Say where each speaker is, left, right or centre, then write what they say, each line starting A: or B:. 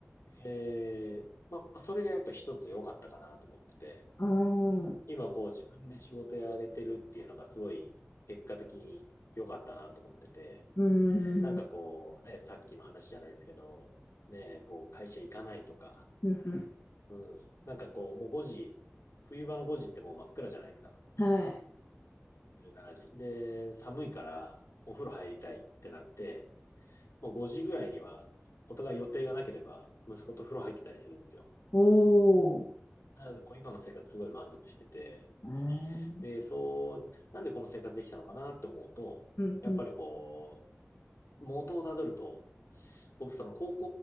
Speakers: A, on the left (about 80°); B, on the left (about 65°).
A: え、まあそれがやっぱ一つ良かったかなと思ってて、
B: ああ
A: 今こう自分で仕事やれてるっていうのがすごい結果的に良かったなと思ってて、
B: うんうんうん
A: なんかこう、ね、さっきの話じゃないですけど、ね、こう会社行かないとか、
B: うんうんうん
A: うん、なんかこう、もう5時、冬場の5時ってもう真っ暗じゃないですか、
B: はい。
A: 1時。で、寒いからお風呂入りたいってなって、もう5時ぐらいにはお互い予定がなければ、息子と風呂入ってたりするんですよ。
B: おお。
A: なので、こう今の生活すごい満足してて、
B: えー
A: で、そう、なんでこの生活できたのかなって思うと、
B: うんうん
A: やっぱりこ元をたどると、僕その高